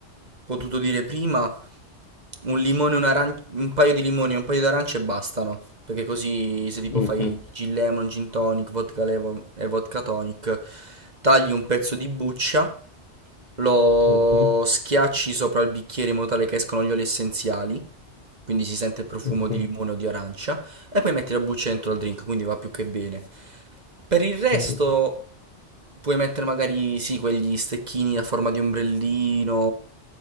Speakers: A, on the right; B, on the left.
A: potuto dire prima, un limone, un, aran- un paio di limoni e un paio d'arance bastano. Perché così se tipo
B: Mhm,
A: fai gin lemon, gin tonic, vodka lemon e vodka tonic, tagli un pezzo di buccia Lo
B: mhm,
A: schiacci sopra il bicchiere in modo tale che escono gli oli essenziali, quindi si sente il profumo
B: mhm,
A: di limone o di arancia, e poi metti la buccia dentro al drink, quindi va più che bene. Per il resto
B: mhm.
A: puoi mettere magari, sì, quegli stecchini a forma di ombrellino,